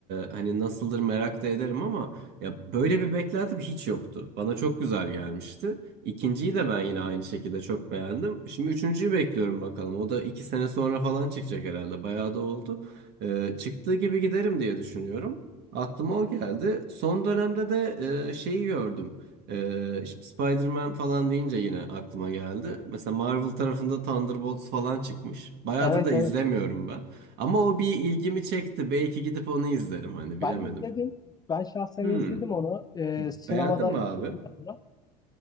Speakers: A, on the right; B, on the left.
A: hani nasıldır merak da ederim ama ya böyle bir beklentim hiç yoktu. Bana çok güzel gelmişti. İkinciyi de ben yine aynı şekilde çok beğendim. Şimdi üçüncüyü bekliyorum bakalım. O da iki sene sonra falan çıkacak herhalde. Bayağı da oldu. Ee, çıktığı gibi giderim diye düşünüyorum. Aklıma o geldi. Son dönemde de e, şeyi gördüm. Ee, şimdi Spider-Man falan deyince yine aklıma geldi. Mesela Marvel tarafında Thunderbolts falan çıkmış. Bayağıdır
B: Evet
A: da izlemiyorum
B: evet.
A: ben. Ama o bir ilgimi çekti. Belki gidip onu izlerim hani bilemedim.
B: Ben izledim. Ben şahsen
A: Hmm.
B: izledim onu. Ee, sinemada
A: Beğendin mi
B: izledim
A: abi?
B: ben onu.